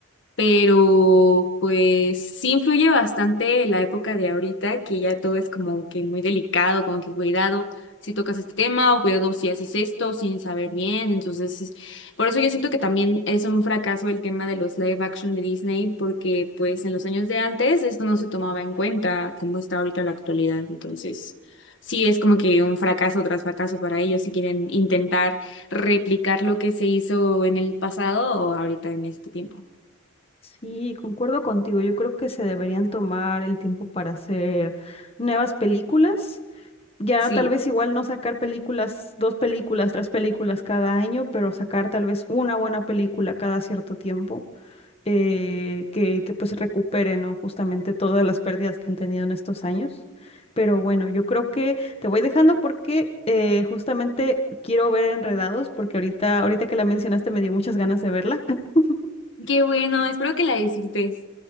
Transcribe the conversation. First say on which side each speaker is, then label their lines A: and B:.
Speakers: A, on the left (about 65°); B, on the left (about 30°).
A: pero pues sí influye bastante la época de ahorita, que ya todo es como que muy delicado, como que cuidado si tocas este tema o cuidado si haces esto sin saber bien, entonces es- por eso yo siento que también es un fracaso el tema de los live action de Disney, porque pues en los años de antes esto no se tomaba en cuenta como está ahorita la actualidad, entonces sí es como que un fracaso tras fracaso para ellos si quieren intentar replicar lo que se hizo en el pasado o ahorita en este tiempo.
B: Sí, concuerdo contigo. Yo creo que se deberían tomar el tiempo para hacer nuevas películas. Ya
A: Sí.
B: tal vez igual no sacar películas, dos películas, tres películas cada año, pero sacar tal vez una buena película cada cierto tiempo eh, que, que pues recupere, ¿no? Justamente todas las pérdidas que han tenido en estos años. Pero bueno, yo creo que te voy dejando porque eh, justamente quiero ver Enredados porque ahorita, ahorita que la mencionaste me dio muchas ganas de verla. <laughs>
A: Qué bueno, espero que la disfrutes.